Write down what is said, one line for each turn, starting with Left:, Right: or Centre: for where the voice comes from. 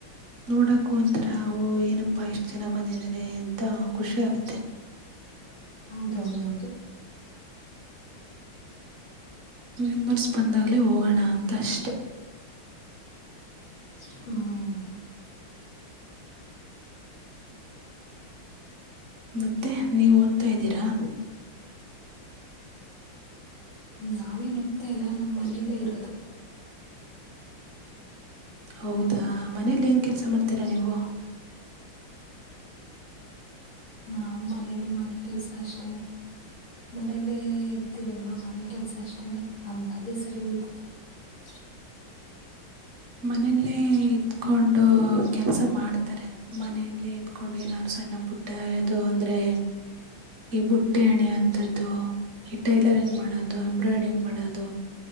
Right: ನೋಡಾಕ ಒಂತರ ಅವು ಏನಪ್ಪಾ ಎಷ್ಟ್ ಜನ ಬಂದಿದದ್ದಾರೆ ಎಂತ ಖುಷಿ ಆಗುತ್ತೆ
Left: ಹೌದೌದೌದು.
Right: ಮೆಂಬರ್ಸ್ ಬಂದಾಗ್ಲೇ ಹೋಗೋಣ ಅಂತ ಅಷ್ಟೆ.
Left: ಹ್ಮ್
Right: ಮತ್ತೆ ನೀವ್ ಓದ್ತಾ ಇದ್ದೀರಾ.
Left: ಹ್ಮ ನಾವೇ ಓದತಾ ಇಲ್ಲ ನಾವ್ ಮನೆಯಲ್ಲೇ ಇರೋದು.
Right: ಹೌದಾ ಮನೇಲಿ ಏನ್ ಕೆಲ್ಸ ಮಾಡ್ತೀರಾ ನೀವು.
Left: ನಾವ್ ಮನೇಲಿ ಮನೆ ಕೆಲ್ಸ ಅಷ್ಟೇನೆ. ಮನೇಲ್ಲೇ ಇರ್ತೀವಲ್ವಾ ಮನೆ ಕೆಲಸ ಅಷ್ಟೇನೆ ನಮ್ಗ ಅದೇ ಸರಿ ಹೋಯ್ತದೆ. ಹ <unintelligible>
Right: ಮನೇಲ್ಲೇ ಇದಕೊಂಡು ಕೆಲಸ ಮಾಡ್ತಾರೆ ಮನೇಲ್ಲೆ ಇದತ್ಕೊಂಡು ಏನಾರು ಸಣ್ಣ ಪುಟ್ಟ ಇದು ಅಂದ್ರೆ ಈ ಬುಟ್ಟಿ ಎಣೆ ಅಂತದ್ದು ಈ ಟೈಲರಿಂಗ್ ಮಾಡೋದು ಎಂಬ್ರಾಯ್ಡರಿಂಗ್ ಮಾಡೋದು.